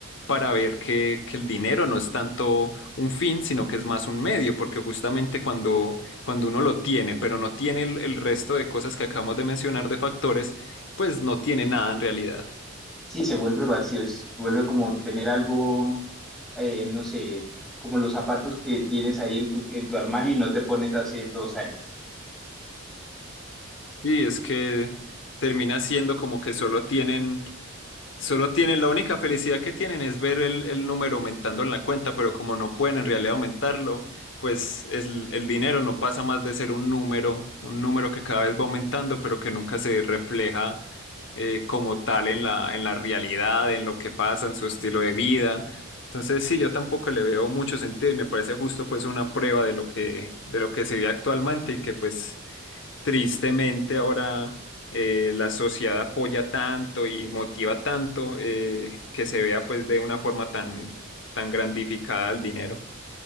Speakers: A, on the left (about 60°); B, in the centre.
A: para ver que, que el dinero no es tanto un fin, sino que es más un medio, porque justamente cuando, cuando uno lo tiene, pero no tiene el, el resto de cosas que acabamos de mencionar de factores, pues no tiene nada en realidad.
B: sí, se vuelve vacío, se vuelve como tener algo eh, no sé, como los zapatos que tienes ahí en tu, en tu armario y no te pones hace dos años.
A: Y es que termina siendo como que solo tienen Solo tienen, la única felicidad que tienen es ver el, el número aumentando en la cuenta, pero como no pueden en realidad aumentarlo, pues es, l- el dinero no pasa más de ser un número, un número que cada vez va aumentando, pero que nunca se refleja eh, como tal en la, en la realidad, en lo que pasa, en su estilo de vida. Entonces, sí, yo tampoco le veo mucho sentido y me parece justo pues una prueba de lo que, de lo que se vive actualmente y que pues tristemente ahora eh, la sociedad apoya tanto y motiva tanto eh, que se vea pues de una forma tan, tan grandificada el dinero.